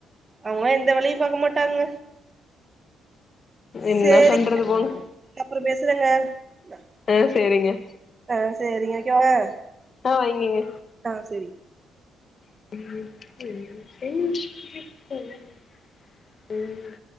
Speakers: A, on the right (about 30°); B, on the left (about 45°).
A: அவுங்களா எந்த வேலயு பாக்க மாட்டாங்க.
B: என்ன
A: சேரி
B: பண்றது
A: <inaudible>
B: போங்க
A: அப்புற பேசுறங்க நா
B: ஆ சேரிங்க.
A: ஆ சேரிங்க. வெக்கவாங்க?
B: ஆ வெய்ங்கங்க.
A: ஆ செரிங்க.
B: உம் ம்